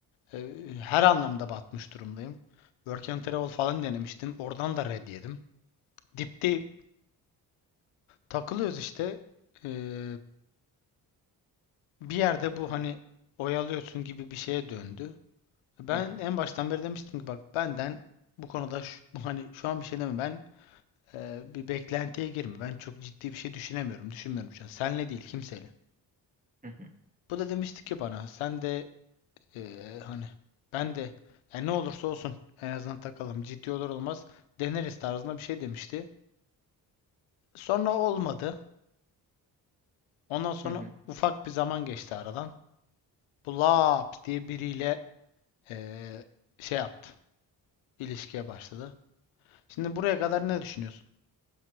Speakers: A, on the left (about 80°); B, on the right (about 15°).
A: Ee, Her anlamda batmış durumdayım. Work and Travel falan denemiştim. Oradan da red yedim. Dipteyim. Takılıyoruz işte. Ee, Bir yerde bu hani oyalıyorsun gibi bir şeye döndü. Ben
B: hı hı,
A: en baştan beri demiştim ki bak benden bu konuda şu- bu hani şu an bir şey deme ben e, bir beklentiye girme. Ben çok ciddi bir şey düşünemiyorum. Düşünmüyorum şu an. Senle değil kimseyle.
B: hı hı,
A: Bu da demişti ki bana sen de Ee, hani ben de yani ne olursa olsun en azından takalım. Ciddi olur olmaz deneriz tarzında bir şey demişti. Sonra olmadı. Ondan sonra
B: hı hı.
A: ufak bir zaman geçti aradan. Bu Laps diye biriyle ee, şey yaptı. ilişkiye başladı. Şimdi buraya kadar ne düşünüyorsun?